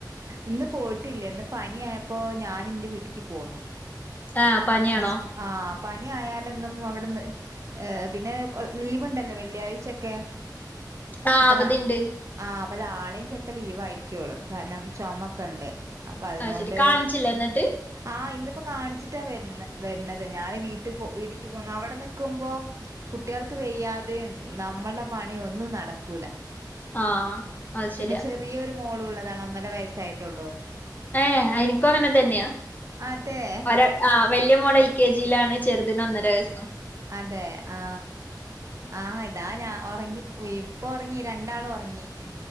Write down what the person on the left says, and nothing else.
ആ പനിയാണോ?
ആ
അവധിണ്ട്
അത് ശരി കാണിച്ചില്ല എന്നിട്ട്
ആ അത്
ശരിയാ
ഏ എനിക്കും അങ്ങനെ തന്നെയാ
ഒരാ ആ വലിയ മോള് എൽ കെ ജിയിലാണ് ചെറുതിന് ഒന്നര വയസ്